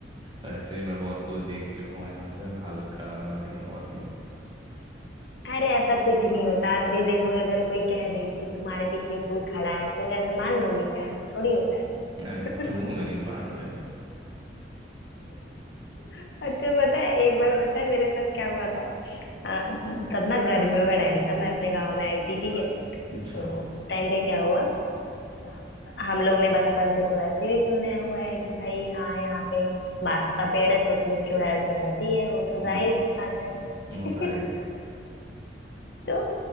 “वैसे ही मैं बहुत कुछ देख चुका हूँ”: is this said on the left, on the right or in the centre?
Right